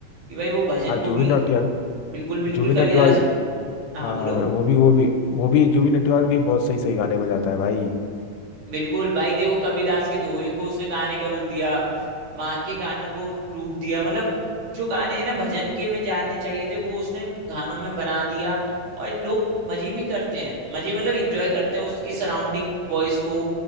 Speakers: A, on the right (about 65°); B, on the left (about 80°).
A: कि भाई वो भजन
B: हाँ
A: को
B: जुबिन
A: भी
B: नौटियाल
A: बिल्कुल बिल्कुल
B: जुबिन
A: कबीरदास
B: नौटियाल
A: हाँ
B: हाँ
A: बोलो
B: वो भी वो भी वो भी जुबिन नौटियाल भी बहुत सही सही गाने बजाता है भाई
A: बिल्कुल भाई देखो कबीरदास के दोहे को उसने गाने का रूप दिया माँ के गानों को रूप दिया मतलब जो गाने हैं ना भजन के में जानने चाहिए थे वो उसने गानों में बना दिया और लोग मजे भी करते हैं मजे मतलब इंजॉय करते हैं उसकी सराउंडिंग वॉइस को